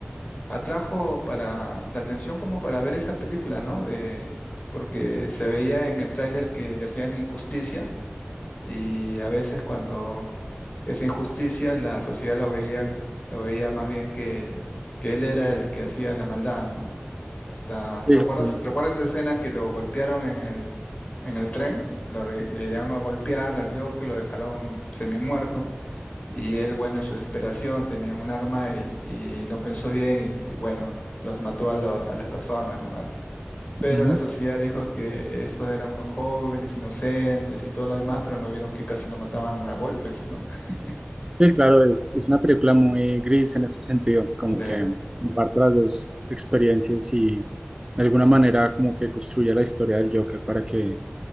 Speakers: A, on the left; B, on the right.
A: atrajo para la atención como para ver esa película, ¿no? De, porque se veía en el tráiler que le hacían injusticia y a veces cuando esa injusticia la sociedad lo veía, lo veía más bien que, que él era el que hacía la maldad, ¿no? Hasta, ¿recuerdas,
B: sí, sí, sí.
A: recuerdas esa escena que lo golpearon en el, en el tren? Lo, re- le llegaron a golpear al Joker, lo dejaron semi muerto y él, bueno, en su desesperación tenía un arma y, y no pensó bien y, y, bueno, los mató a, los- a las personas, ¿no? Al- Pero
B: Ujú.
A: la sociedad dijo que eso eran unos jóvenes inocentes y todo lo demás, pero no vieron que casi lo mataban a golpes, ¿no? <laughs>
B: Sí, claro, es, es una película muy gris en ese sentido, como
A: Sí.
B: que comparte las dos experiencias y de alguna manera como que construye la historia del Joker para que